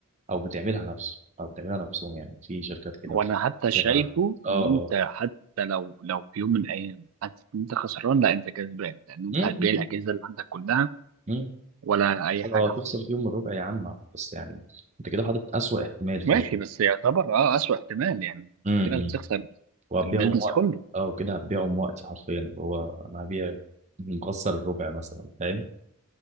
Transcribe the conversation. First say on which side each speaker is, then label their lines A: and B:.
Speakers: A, on the right; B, on the right.
A: او بتعملها نفسه او بتعملها نفسهم يعني في شركات كده
B: وانا
A: وفي
B: حتى شايفه
A: شركات-
B: ان
A: اه
B: انت
A: اه
B: حتى لو لو في يوم من الايام حاسس ان انت خسران لا انت كسبان لان انت
A: مم،
B: هتبيع الاجهزه
A: مم،
B: اللي عندك كلها
A: مم.
B: ولا اي
A: لو
B: حاجه
A: هتخسر
B: حصلت
A: فيهم الربع يا عم بس يعني انت كده حاطط اسوأ احتمال فاهم
B: ماشي بس يعتبر اه اسوء احتمال يعني
A: امم
B: في ناس بتخسر
A: وهتبيعهم
B: البيزنس
A: وقت
B: كله
A: اه وكده هتبيعهم وقتي حرفيا اللي هو انا هبيع مخسر الربع مثلا فاهم